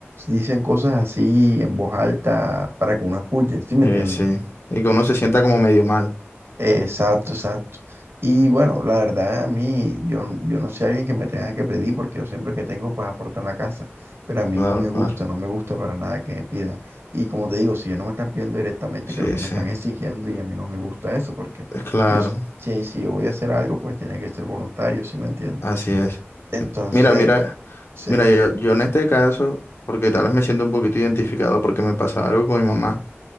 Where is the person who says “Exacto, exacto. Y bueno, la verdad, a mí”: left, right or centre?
Right